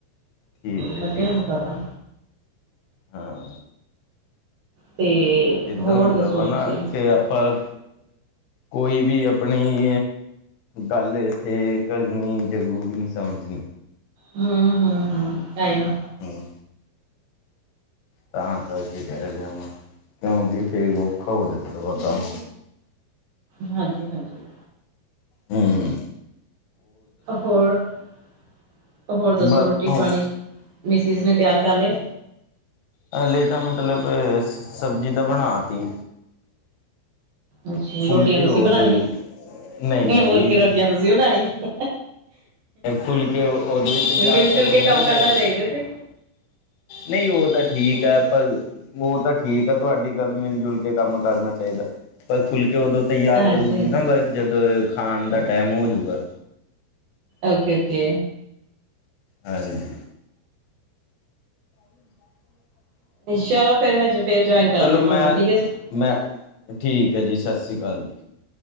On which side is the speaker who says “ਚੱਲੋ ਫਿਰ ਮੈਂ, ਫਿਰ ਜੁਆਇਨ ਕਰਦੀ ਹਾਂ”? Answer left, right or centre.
Right